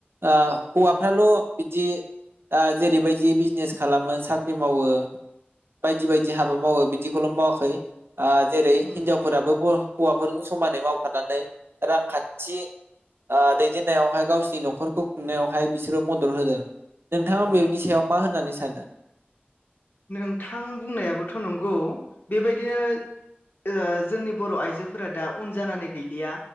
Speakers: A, on the right (about 70°); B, on the left (about 55°).
A: ओ हौवाफ्राल'
B: ओं
A: बिदि ओ जेरैबायज दि बिजनेस खालामो सा ख्रि मावो बायदि बायदि हाबा मावो बिद दिखौल' मावाखै ओ जेरै
B: उम
A: हिनजावफोराबो ब हौवाफोरजों समान नै मावफानानै रांखान्थि ओ दैदेननायावहाय गावसिनि न'खरखौ खुंनायावहाय बिसोरो मदद होदों। नोंथाङा
B: औ
A: बे बेनि सायाव मा होननानै सानो?
B: नोंथां बुंनायाबोथ' नंगौ बेबायदिनो ओ जोंनि बर' आइजोफोरा दा उन जानानै गैलिया